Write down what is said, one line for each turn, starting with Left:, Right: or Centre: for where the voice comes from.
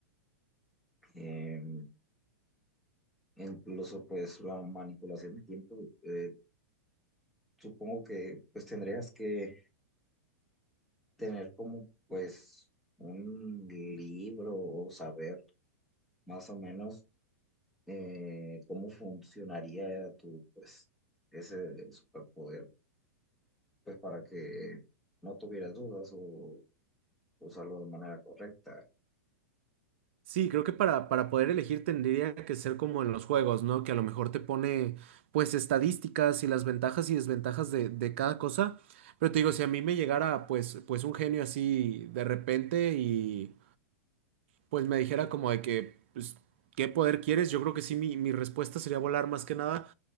Centre: eh, incluso pues la manipulación de tiempo. eh, supongo que pues tendrías que tener como pues un libro o saber más o menos eh, cómo funcionaría tu pues ese superpoder, pues para que no tuvieras dudas o usarlo de manera correcta.
Right: Sí, creo que para, para poder elegir tendría que ser como en los juegos, ¿no? Que a lo mejor te pone pues estadísticas y las ventajas y desventajas de, de cada cosa. Pero te digo, si a mí me llegara pues, pues un genio así de repente y pues me dijera como de que, pues, ¿qué poder quieres? Yo creo que sí, mi, mi respuesta sería volar más que nada.